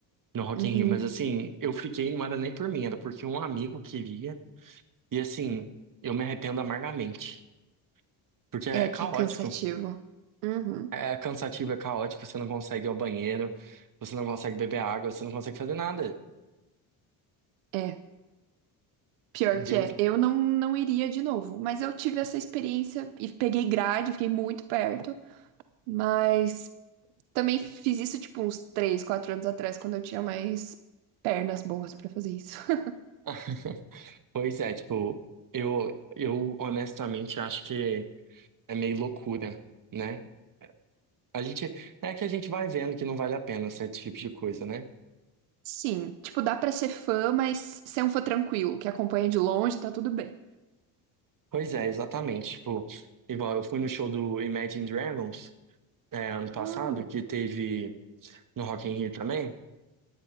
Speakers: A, on the right; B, on the right.
A: no Rock
B: Uhum.
A: in Rio, mas assim, eu fiquei, não era nem por mim, era porque um amigo queria, e assim, eu me arrependo amargamente, porque é
B: É
A: caótico,
B: que é cansativo. Uhum.
A: é cansativo, é caótico, você não consegue ir ao banheiro, você não consegue beber água, você não consegue fazer nada.
B: É. Pior
A: Deus.
B: que é, eu não, não iria de novo, mas eu tive essa experiência e peguei grade, fiquei muito perto, mas Também fiz isso, tipo, uns três, quatro anos atrás, quando eu tinha mais pernas boas pra fazer isso. <laughs>
A: <laughs> Pois é, tipo, eu, eu honestamente acho que é meio loucura, né? A gente, é que a gente vai vendo que não vale a pena certo tipo de coisa, né?
B: Sim, tipo, dá pra ser fã, mas ser um fã tranquilo, que acompanha de longe, tá tudo bem.
A: Pois é, exatamente. Tipo, igual eu fui no show do Imagine Dragons, é, ano
B: Ah,
A: passado, que teve no Rock in Rio também.